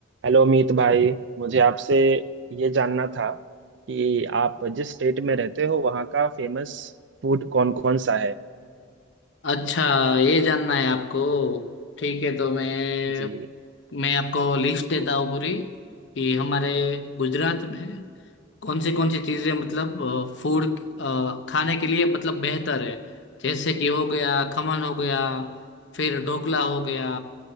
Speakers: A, on the right; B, on the left.
A: Hello Meet भाई मुझे आपसे ये जानना था कि आप जिस स्टेट में रहते हो वहाँ का फेमस फूड कौन कौन सा है
B: अच्छा ये जानना है आपको ठीक है तो मैं
A: जी
B: मैं आपको लिस्ट देता हूँ पूरी कि हमारे गुजरात में कौन सी कौन सी चीज़ें मतलब फूड खाने के लिए मतलब बेहतर है जैसे कि हो गया खमन हो गया फिर ढोकला हो गया